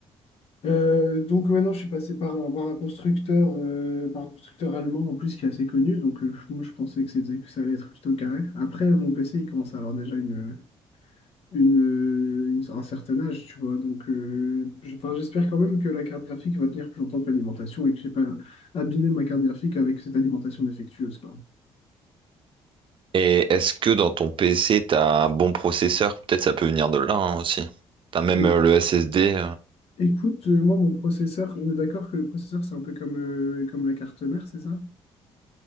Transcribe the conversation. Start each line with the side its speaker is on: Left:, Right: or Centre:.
Left: Euh, donc ouais, non, je suis passé par un, par un constructeur, euh, par un constructeur allemand en plus qui est assez connu. Donc euh, moi, je pensais que c'était, que ça allait être plutôt carré. Après, mon PC, il commence à avoir déjà une une, une- un certain âge, tu vois. Donc, euh, je- enfin, j'espère quand même que la carte graphique va tenir plus longtemps que l'alimentation et que j'ai pas abîmé ma carte graphique avec cette alimentation défectueuse, quoi.
Right: Et est-ce que dans ton PC, t'as un bon processeur? Peut-être ça peut venir de là, hein, aussi. T'as même
Left: Et,
Right: euh, le SSD.
Left: écoute, euh, moi, mon processeur, on est d'accord que le processeur, c'est un peu comme, euh, comme la carte mère, c'est ça?